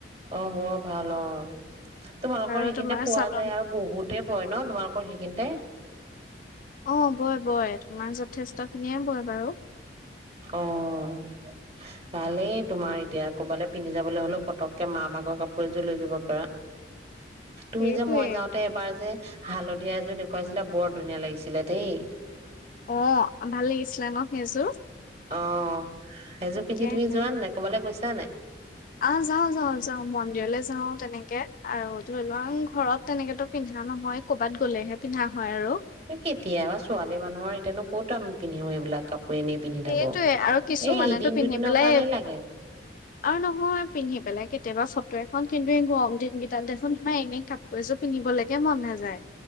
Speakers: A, on the right; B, on the left.
A: অ' বৰ ভাল অ'। তোমালোকৰ
B: আৰু
A: সেইখিনিতে
B: তোমাৰ
A: পোৱা
B: চাদৰ
A: যায় আৰু বহুতে বয় ন তোমালক পঢ়ি কেনদে
B: অ বয়, বয় তোমাৰ যথেষ্ট খিনিয়ে বয় বাৰু।
A: অ' ভালেই তোমাৰ এতিয়া ক'বালৈ পিন্ধি যাবলৈ হ'লেও পতককে মাৰ ভাগৰ কাপোৰ এযোৰ লৈ যাব পাৰা। তুমি
B: সেইটোৱে
A: যে মই যাওঁতে এবাৰ যে হালধি সেয়া এযোৰ দেখুৱাইছিলা বৰ ধুনীয়া লাগিছিলে দেই।
B: অ ভাল লাগিছিলে ন সেইযোৰ
A: অ সেইযোৰ
B: তাকেহে।
A: পিন্ধি তুমি যোৱা নাই কবালৈ কৈছা জানাই
B: অ', যাওঁ যাওঁ যাওঁ মন্দিৰলৈ যাওঁ তেনেকে আৰু ধৰি লোৱা ঘৰত তেনেকেতো পিন্ধা নহয় ক'বাত গ'লেহে পিন্ধা হয় আৰু।
A: কেতিয় বা ছোৱালী মানুহৰ তেনে ক'ত আমি পিন্ধো এইবাক কাপোৰ এনেই পিন্ধি
B: সেইটোয়ে
A: থাকো
B: আৰু কিছুমানেতো
A: এই এদিন
B: পিন্ধি
A: দুদিনৰ
B: পেলাই
A: কাৰণেই লাগে
B: আৰু নহয় পিন্ধি পেলাই কেতিয়াবা ফটো এখন কিন্তু গৰম দিনকেইটাত দেখোন তমাৰ এনে কাপোৰ এযোৰ পিন্ধিবলৈকে মন নাযায়